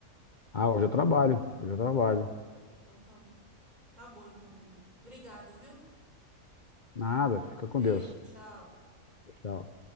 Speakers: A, on the left; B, on the right.
A: Ah, hoje eu trabalho, hoje eu trabalho.
B: Então tá bom. Tá bom então, amigo. Obrigado, viu?
A: Nada, fica
B: Beijo,
A: com Deus.
B: tchau.
A: Tchau.